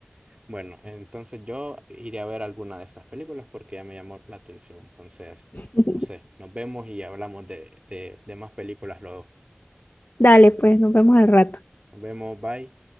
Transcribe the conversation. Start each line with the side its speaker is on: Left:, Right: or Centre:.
Right: Bueno, entonces yo iré a ver alguna de estas películas porque ya me llamó la atención. Entonces,
Left: <laughs>
Right: no sé, nos vemos y hablamos de, de de más películas luego.
Left: Dale, pues, nos vemos al rato.
Right: Nos vemos, bye.